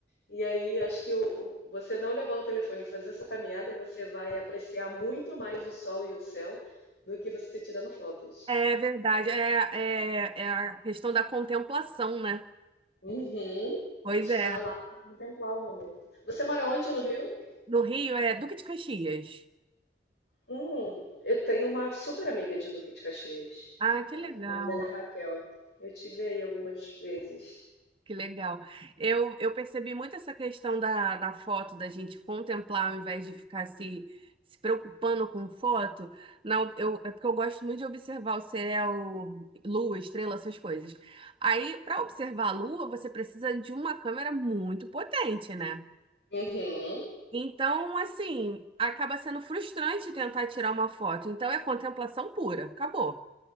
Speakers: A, on the left; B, on the right.
A: E aí acho que o- o- você não levar o telefone e fazer essa caminhada, você vai apreciar muito mais o sol e o céu do que você tirando fotos.
B: É verdade, é, é, é a questão da contemplação, né?
A: Uhum.
B: Pois
A: Está
B: é.
A: lá para contemplar o momento. Você mora onde no Rio?
B: No Rio é Duque de Caxias.
A: Hum, eu tenho uma super amiga de Duque de Caxias.
B: Ah, que legal.
A: O nome dela é Raquel. Eu tive aí algumas vezes.
B: Que legal. Eu, eu percebi muito essa questão da, da foto, da gente contemplar ao invés de ficar se, se preocupando com foto. Não, eu, é porque eu gosto muito de observar o céu, lua, estrela, essas coisas. Aí, para observar a lua, você precisa de uma câmera muito potente, né?
A: Uhum.
B: Então, assim, acaba sendo frustrante tentar tirar uma foto. Então, é contemplação pura. Acabou.